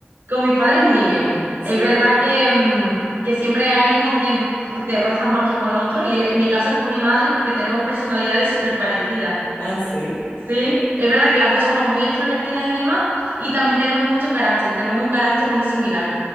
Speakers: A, on the right; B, on the left.
A: Con mis padres muy bien.
B: Sí.
A: Es verdad que, mm, que siempre hay alguien con quien te rozas más que con otro, y en mi caso es con mi madre porque tenemos personalidades súper parecidas.
B: Ah, sí.
A: Sí, es verdad que las dos somos muy extrovertidas y demás, y también tenemos mucho carácter, tenemos un carácter muy similar.